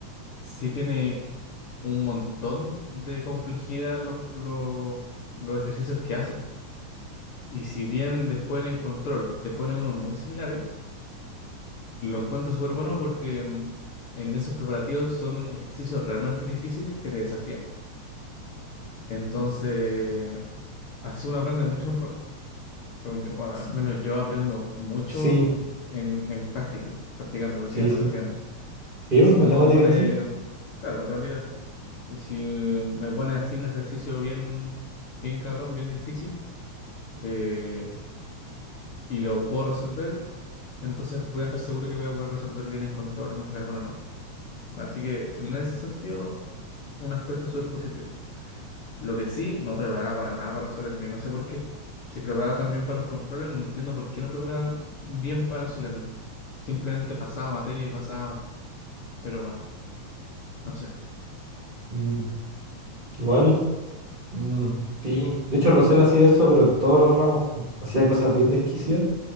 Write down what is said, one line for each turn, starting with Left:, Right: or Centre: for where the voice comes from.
Left: sí tiene un montón de complejidad los, los, los ejercicios que hace. Y si bien después en el control te pone unos muy similares, lo encuentro súper bueno porque mm, en esos preparativos son ejercicios realmente difíciles que te desafían. Entonces, así uno aprende mucho mejor. Según yo, bueno,
Right: S-
Left: al menos yo aprendo mucho
Right: Sí,
Left: en, en práctica, practicando, practicando,
Right: sí, sí.
Left: practicando.
Right: ¿Sí?
Left: Y si
Right: pues, ¿Matemáticas?
Left: uno pone,
Right: Sí.
Left: claro, matemáticas sí. Y si eh, me pone así un ejercicio bien, bien cabrón, bien difícil, eh, y lo puedo resolver, entonces voy a estar seguro que voy a poder resolver bien en control y me voy a sacar buena nota. Así que
Right: Sí.
Left: en ese sentido, un aspecto súper positivo. Lo que sí, no preparaba para nada para los solemnes, y no sé por qué. Si preparaba tan bien para los controles, no entiendo por qué no preparaba bien para solemnes. Simplemente pasaba materia y pasaba materia. Pero bueno, no sé.
Right: Mm, igual, mm, sí. De hecho, Rosell hacía eso, pero en todos los ramos. pues. Hacía cosas bien desquiciadas.